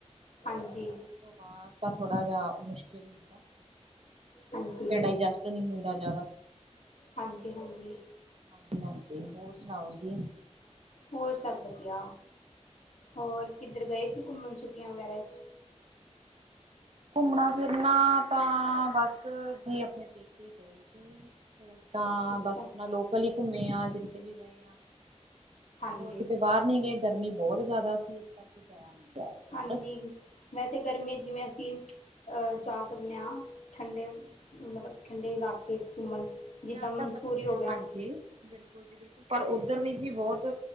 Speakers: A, on the left (about 75°); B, on the right (about 60°).
A: ਹਾਂਜੀ।
B: ਉਸ ਤੋਂ ਬਾਅਦ ਤਾਂ ਥੋੜਾ ਜਾ ਮੁਸ਼ਕਿਲ ਹੀ ਹੁੰਦਾ,
A: ਹਾਂਜੀ
B: ਫੇਰ ਡਾਈਜੈਸਟ ਨਹੀਂ ਹੁੰਦਾ ਜ਼ਿਆਦਾ।
A: ਹਾਂਜੀ-ਹਾਂਜੀ।
B: ਹਾਂਜੀ-ਹਾਂਜੀ ਹੋਰ ਸੁਣਾਓ ਜੀ?
A: ਹੋਰ ਸਭ ਵਧੀਆ ਹੋਰ ਕਿੱਧਰ ਗਏ ਸੀ ਘੁੰਮਣ ਛੁੱਟੀਆਂ ਵਗੈਰਾ 'ਚ?
B: ਘੁੰਮਣਾ ਫਿਰਨਾ ਤਾਂ ਬਸ ਜੀ ਆਪਣੇ ਪੇਕੇ ਗਏ ਸੀ। ਹੋਰ ਤਾਂ
A: ਅੱਛਾ
B: ਬਸ ਆਪਣਾ ਲੋਕਲ ਹੀ ਘੁੰਮੇ ਆ ਜਿੱਥੇ ਵੀ ਗਏ ਆ,
A: ਹਾਂਜੀ
B: ਹੋਰ ਕਿਤੇ ਬਾਹਰ ਨੀ ਗਏ ਗਰਮੀ ਬਹੁਤ ਜ਼ਿਆਦਾ ਸੀ, ਇਸ ਕਰਕੇ ਜਾਇਆ ਨਹੀਂ ਗਿਆ। ਇਸ ਵਾਰ।
A: ਹਾਂਜੀ, ਵੈਸੇ ਗਰਮੀ ਚ ਜਿਵੇਂ ਅਸੀਂ ਅ ਜਾ ਸਕਨੇ ਆਂ ਠੰਡੇ ਮਤਲਬ ਠੰਡੇ ਇਲਾਕੇ ਚ ਘੁੰਮਣ ਜਿੱਦਾਂ
B: ਜਾ
A: ਮਨਸੂਰੀ
B: ਤਾਂ ਸਕਦੇ
A: ਹੋ
B: ਹਾਂ
A: ਗਿਆ
B: ਹਾਂਜੀ, ਬਿਲਕੁਲ ਜੀ ਬਿਲਕੁਲ ਪਰ ਉੱਧਰ ਵੀ ਜੀ ਬਹੁਤ